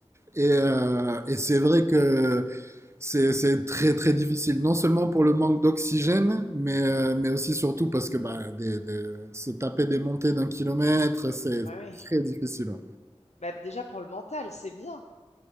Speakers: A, on the right (about 25°); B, on the left (about 75°).
A: et, euh, et c'est vrai que c'est c'est très très difficile, non seulement pour le manque d'oxygène, mais, euh, mais aussi surtout parce que bah, des- des- se taper des montées d'un kilomètre, c'est
B: ah bah oui.
A: très difficile. ouais.
B: Bah, déjà, pour le mental, c'est bien.